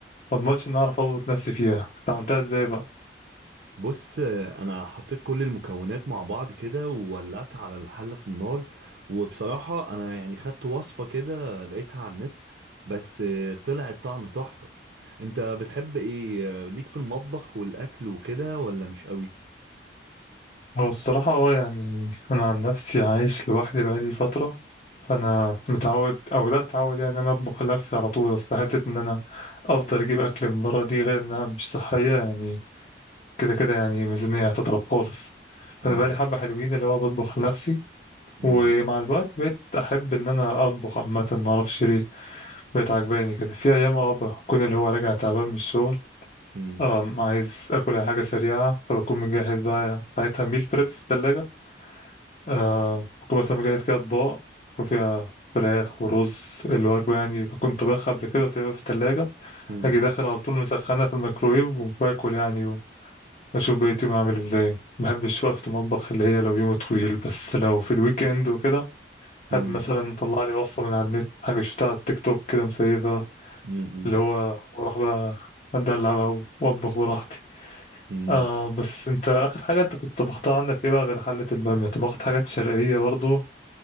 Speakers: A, on the left; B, on the right.
A: ما اضمنش ان اعرف اظبط نفسي فيها انت عملتها ازاي بقى
B: بص آه، انا حطيت كل المكونات مع بعض كده وولعت على الحلة في النار وبصراحة انا يعني خدت وصفة كده لقيتها على النت بس آه، طلع الطعم تحفة انت بتحب ايه آه، ليك في المطبخ والاكل وكده ولا مش قوي
A: هو الصراحة اه يعني انا عن نفسي عايش لوحدي بقالي فترة فانا متعود او بدأت اتعود يعني ان انا اطبخ لنفسي على طول اصل حتة ان انا افضل اجيب اكل من بره دي غير انها مش صحية يعني كده كده يعني ميزانية هتضرب خالص فانا
B: مم،
A: بقالي حبة حلوين اللي هو بطبخ لنفسي
B: مم،
A: ومع الوقت بقيت احب ان انا اطبخ عامه ما اعرفش ليه بقت عجباني كده في ايام اه بكون اللي هو راجع تعبان من الشغل
B: مم،
A: أم عايز اكل أي حاجه سريعه فبكون مجهز بقى ساعتها ميل بريب في الثلاجه أه بكون مثلا مجهز كده اطباق يكون فيها فراخ ورز الوجبه يعني بكون طبخها قبل كده وسايبها في الثلاجه
B: مم،
A: اجي داخل على طول مسخنه في الميكرويف وباكل يعني واشوف بقيت يومي عامل ازاي ما بحبش وقفة المطبخ اللي هي لو يوم طويل بس لو في الويك اند وكده
B: مم،
A: أب مثلا طلع لي وصفة من على النت حاجة شفتها على التيك توك كده مسيفة
B: مم،
A: اللي هو وراح بقى أدلع بقى وأطبخ براحتي
B: مم،
A: آه بس أنت آخر حاجة أنت كنت طبختها عندك إيه بقى غير حلة البامية طبخت حاجات شرقية برضو